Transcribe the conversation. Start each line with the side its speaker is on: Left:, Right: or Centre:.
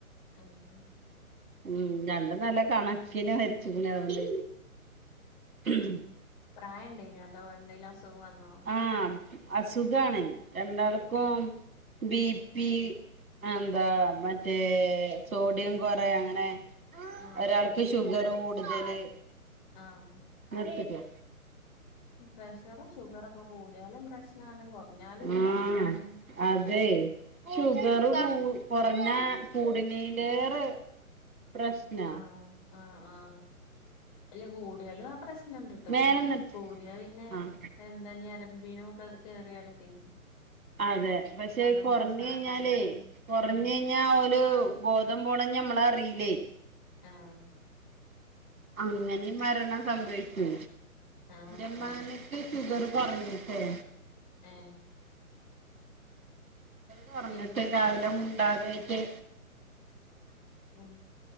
Left: ഉം
Right: ഉം രണ്ടും നല്ല കണക്കിന് വരിച്ചു പിന്നെ അതുകൊണ്ട് ഉം
Left: പ്രായം ഉണ്ടേന്യോ അതോ എന്തേലും അസുഖം വന്നോ
Right: ആഹ് അസുഖാണ് രണ്ടാൾക്കും
Left: ഉം
Right: ബി പി എന്താ മറ്റേ സോഡിയം കൊറയ അങ്ങനെ
Left: ആഹ്
Right: ഒരാൾക്ക്
Left: ആഹ്
Right: ഷുഗർ കൂടുതല്
Left: ആഹ്
Right: നടുത്തിട്ട്
Left: പ്രഷറും ഷുഗറൊക്കെ കൂടിയാലും പ്രശ്നമാണ് കുറഞ്ഞാലും
Right: ആഹ്
Left: പ്രശ്നമാണ്
Right: അതെ ഷുഗറു കുറഞ്ഞ കൂടിനീന്റെറെ പ്രശ്ന
Left: ആഹ് ആഹ് ആഹ് അല്ല കൂടിയാലും ആ പ്രശ്നം ണ്ട്ട്ടോ
Right: മേലന്ന്
Left: കൂടിയാ പിന്നെ
Right: ആഹ്
Left: എന്താ ഞരമ്പീനും ഒക്കെ അത് കേറിയാലൊക്കെ
Right: അതെ പക്ഷേ
Left: അതും
Right: കുറഞ്ഞ
Left: പ്രശ്നാണ്
Right: കഴിഞ്ഞാല്
Left: തലക്കൊക്കെ
Right: കൊറഞ്ഞ
Left: ഉം
Right: കഴിഞ്ഞാ ഒരു ബോധം പോണം നമ്മ അറിയില്ലേ
Left: ആഹ്
Right: അങ്ങനെ മരണം സംഭവിച്ചു
Left: ആഹ്
Right: എമാനെ
Left: ആഹ്
Right: ഷുഗർ കുറഞ്ഞിട്ടേ
Left: ആഹ്
Right: പറഞ്ഞിട്ട്
Left: ഇൻ
Right: രാവിലെ മുണ്ടാതൊയിട്ട്
Left: ഉ